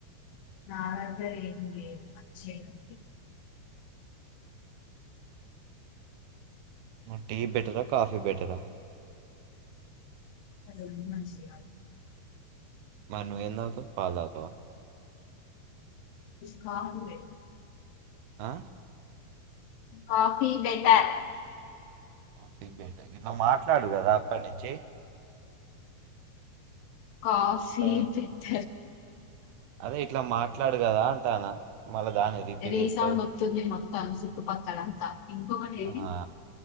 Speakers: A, on the left; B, on the right.
A: నా దగ్గర ఏమీ లేదు మంచిగనే ఉంది.
B: టీ బిటరా కఫీ బిటరా
A: అ మంచించిదు
B: మరి నువ్వేం ధాగుతావ్? పాలు తాగుతావా?
A: కాే
B: ఆ
A: కాఫీ బెటర్
B: సిబట ఇట్లా మాట్లాడు కదా అప్పటి నుంచి
A: కాఫీ
B: సగం
A: ప
B: అదే ఇట్లా మాట్లాడు కదా అంటానా మళ్ళా దాన్ని రిపీట్
A: రేసా
B: చేత్తవ్
A: వతుంది మతాం చిక్కుపక్కల అంతా ఇంకొకటి ఏది
B: ఆ